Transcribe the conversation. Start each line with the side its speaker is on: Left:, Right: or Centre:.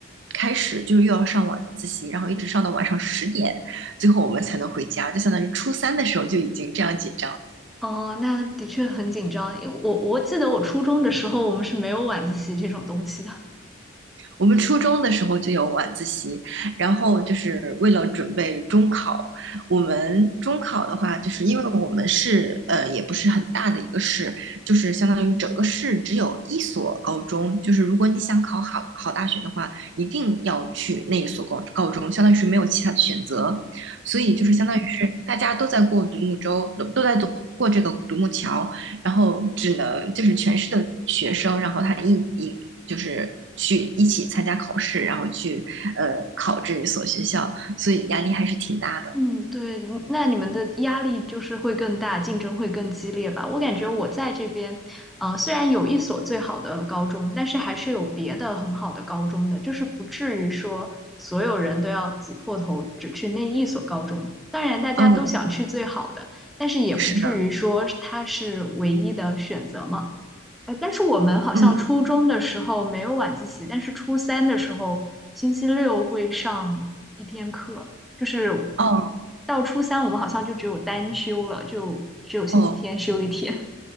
Right: 开始，就是又要上晚自习，然后一直上到晚上十点，最后我们才能回家，就相当于初三的时候就已经这样紧张。
Centre: 哦，那的确很紧张，因为我我记得我初中的时候，我们是没有晚自习这种东西的。
Right: 我们初中的时候就有晚自习，然后就是为了准备中考。我们中考的话，就是因为我们市呃也不是很大的一个市，就是相当于整个市只有一所高中。就是如果你想考好好大学的话，一定要去那一所高高中，相当于是没有其他的选择。所以就是相当于是大家都在过独木舟，
Centre: 嗯。
Right: 都在走过这个独木桥，然后只能就是全市的学生，然后他一一就是去一起参加考试，然后去呃考这一所学校，所以压力还是挺大的。
Centre: 嗯，对，嗯那你们的压力就是会更大，竞争会更激烈吧？我感觉我在这边，呃，虽然有一所最好的高中，但是还是有别的很好的高中的，就是不至于说所有人都要挤破头只去那一所高中。当然，大家都想去最好的，
Right: 嗯，
Centre: 但是也不至于说它是唯一的选择嘛。
Right: 是的，
Centre: 哎，但是我们好像初中的时候没有晚自习，
Right: 嗯，
Centre: 但是初三的时候，星期六会上一天课，就是
Right: 哦
Centre: 到初三我们好像就只有单休了，就只有星期天休一天。
Right: 哦，